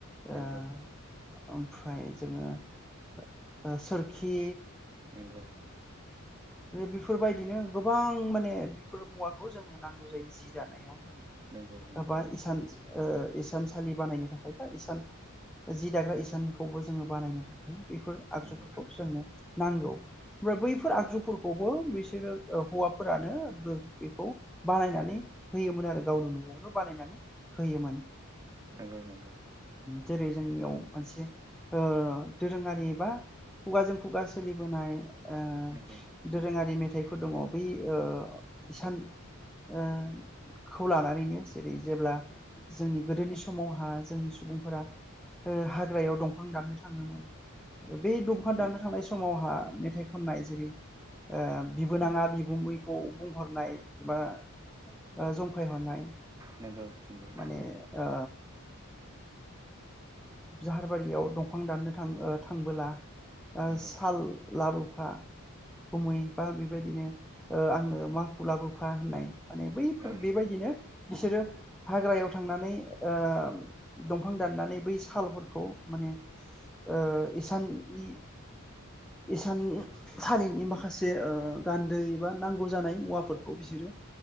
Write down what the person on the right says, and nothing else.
नोंगौ
नोंगौ
नंगौ नंगौ
नंगौ
नंगौ नंगौ नंगौ
नंगौ
नंगौ नंगौ
नंगौ
नंगौ
लांगा